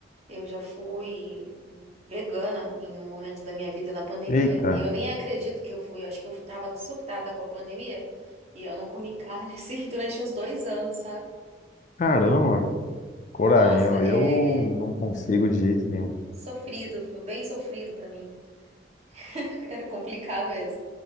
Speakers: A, on the right; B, on the left.
A: Eu já fui vegana em um momento da minha vida na pandemia
B: Eita,
A: e eu nem acredito que eu fui. Eu acho que eu estava surtada com a pandemia e eu não comi carne <laughs> assim durante uns dois anos, sabe?
B: caramba, coragem,
A: Nossa,
B: ó, eu
A: é
B: não consigo
A: eu-
B: de jeito nenhum.
A: sofrido, foi bem sofrido pra mim. <laughs> Era complicado mesmo.